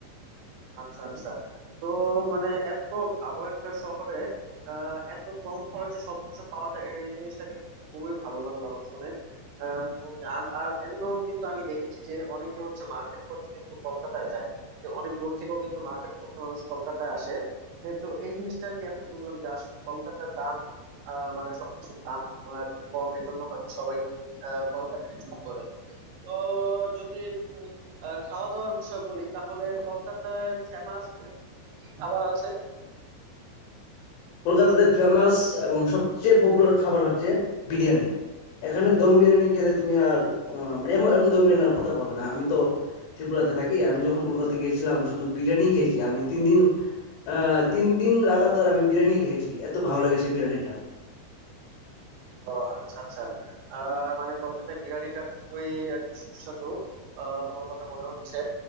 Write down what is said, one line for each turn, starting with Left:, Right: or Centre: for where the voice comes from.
Right: আচ্ছা আচ্ছা তো মানে এত ভালো একটা শহরে আহ, এত কম খরচে সবকিছু পাওয়া যায় এই জিনিসটা কিন্তু খুবই ভালো লাগলো আমার শুনে আম, আম- আর এমনও কিন্তু আমি দেখেছি যে অনেকে হচ্ছে মার্কেট করতে কিন্তু কলকাতায় যায় তো অনেক দূর থেকেও কিন্তু মার্কেট করতে মানুষ কলকাতায় আসে এ তো এই জিনিসটা আর কি এখন বুঝলাম যে আসলে কলকাতার দাম আহ, মানে সবকিছুর দাম আর কি কম এজন্য হয়তো সবাই আহ কলকাতাকে চুজ করে তো যদি উম আহ খাওয়া দাওয়ার বিষয় বলি তাহলে কলকাতায় ফেমাস কি কি খাবার আছে
Left: কলকাতাতে ফেমাস এবং সবচেয়ে পপুলার খাবার হচ্ছে বিরিয়ানি এখানে দম বিরিয়ানি খেলে তুমি আর আহ, মানে এমন দম বিরিয়ানি আর কোথাও পাবে না আমি তো ত্রিপুরাতে থাকি আমি যখন কলকাতা গিয়েছিলাম শুধু বিরিয়ানি খেয়েছি আমি তিন দিন আহ তিন দিন লাগাতার আমি বিরিয়ানি খেয়েছি এত ভালো লাগে সেই বিরিয়ানিটা
Right: ও আচ্ছা আচ্ছা আহ মানে কলকাতায় বিরিয়ানিটা খুবই এক সুস্বাদু আহ, তোমার কথা মনে হচ্ছে